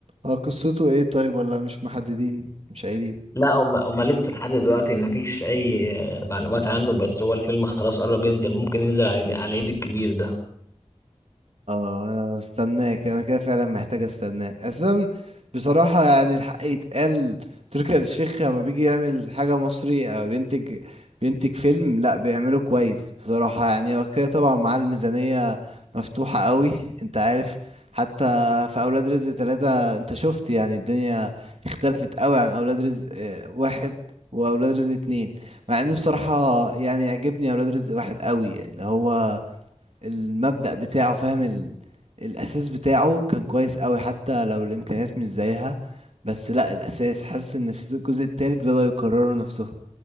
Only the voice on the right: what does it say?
هو قصته ايه طيب ولا مش محددين مش قايلين
اه انا مستناك انا كده فعلا محتاج استناك اصلا بصراحة يعني الحق يتقال تركي آل الشيخ لما بيجي يعمل حاجة مصري او بينتج بينتج فيلم لا بيعمله كويس بصراحة يعني هو كده طبعا مع الميزانية مفتوحة قوي انت عارف حتى في اولاد رزق ثلاثة انت شفت يعني الدنيا اختلفت قوي عن اولاد رزق آه، واحد واولاد رزق اتنين مع ان بصراحة يعني يعجبني اولاد رزق واحد قوي يعني اللي هو المبدأ بتاعه فاهم ال... الأساس بتاعه كان كويس قوي حتى لو الإمكانيات مش زيها بس لا الأساس حاسس إن في الجزء التالت بدأوا يكرروا نفسهم